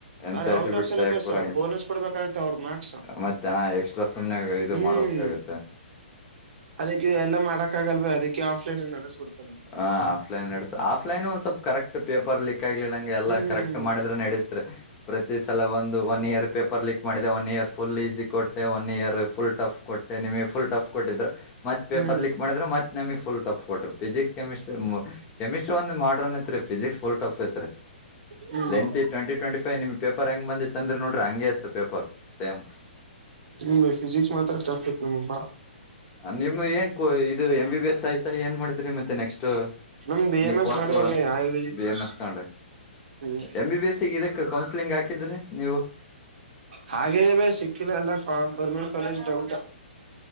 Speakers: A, on the left (about 20°); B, on the right (about 60°).
A: ಎನ್
B: ಅ
A: C R
B: out
A: T ಬಿಡ್ತಕ್
B: of ಸಿಲೆಬಸ್
A: ಬರಂಗ
B: ಬೋನಸ್ ಕೊಡ್ಬೇಕಾಗತ್ತ ಅವ್ರ ಮಾರ್ಕ್ಸ್
A: ಮತ್ತೆ ಎಕ್ಸ್ಟ್ರಾ ಸುಮ್ನೆಾಗ ಇದು
B: ಹ್ಮ್
A: ಮಾಡೋಕ್ಿ ಹತ
B: ಅದಕ್ಕೆ ಎಲ್ಲ ಮಾಡಕ್ ಆಗಲ್ ಭ ಅದಕ್ಕೆ ಆಫ್ಲೈನ್ ನಡೆಸ್ಬಿಡ್ತಾರ
A: ಹ ಆಫ್ಲೈನ್ ನಡ್ಸ ಆಫ್ಲೈನ್ ಒಂದ್ ಸ್ವಲ್ಪ ಕರೆಕ್ಟ್ ಪೇಪರ್ ಲಿಕ್ ಆಗ್ಲಿಲ್ಲ ಎಲ್ಲಾ
B: ಹ್ಮ್
A: ಕರೆಕ್ಟ್ ಮಾಡಿದ್ರೆ ನಡೀತ ಪ್ರತಿ ಸಲ ಒಂದು ಒನ್ ಇಯರ್ ಪೇಪರ್ ಲಿಕ್ ಮಾಡಿದೆ ಒನ್ ಇಯರ್ ಫುಲ್ ಈಸಿ ಕೊಟ್ಟೆ ಒನ್ ಇಯರ್ ಫುಲ್ ಟಫ್ ಕೊಟ್ಟೆ ನಿಮಗೆ ಫುಲ್ ಟಫ್ ಕೊಟ್ಟಿದ್ರೆ ಮತ್ ಪೇಪರ್
B: ಹ್ಮ್
A: ಲಕ್ ಮಾಡಿದ್ರ ಮತ್ ನಮ ಫಲ್ ಫ ಕೊ್ರರು ಫಿಸಿಕ್ಸ್ ಕೆಮಿಸ್ಟ್ರಿ ಕೆಮಿಸ್ಟ್ರಿ ಒಂದು ಮಾಡ್ರನ್ ಫಿಿಸಿಿಕ್ಸ್ ಒಲ್ ಟಫ ಐತ್ರಿ
B: ಹ್ಮ್
A: ಲೆಂತ್ ಟ್ಂಟಿ ಟ್ವೆಂಟಿೈವ್ ನಿಮ್ ಪೇಪರ್ ಹೆಂಗ ಬಂದಿತ್ತಂದ್ರೆ ನೋಡ್ರ ಹಗೆ ಇತ್ತು ಪೇಪರ್ ಸಂ
B: ನಿಮ ಫಿಸಿಿಕ್ಸ್ ಮಾತ್ರ ತಫ್ ಇತ್ ನಿಮ್ಮಬ್ಬಾ
A: ನಿಮ್ ಏನ್ೋ ಇದು ಎಂ ಬಿ ಎಸ್ ಆಯ್ತಾ ಏನ್ ಮಾಡಿದ್ರಿ ಮತ್ತೆ ನೆಕ್ಸ್ಟ
B: ನಮ್ದ್ ಎ
A: ನೀ
B: ಎಂ ಎಸ್
A: ಕೋರ್ಸ್ಗಳ
B: ಮಾಡ್ಯ ಬೈ Ayurvedic
A: B
B: course
A: M S stand
B: ಹ್ಮ್
A: M B B S counselling ಹಾಕಿದ್ರಿ ನೀವು
B: ಹಾಗೇ ಬ ಸಿಕ್ಕಿಲ್ಲ ಎಲ್ಲ ಗೌರ್ಮೆಂಟ್ ಕಾಲೇಜ್ ಡೌಟ್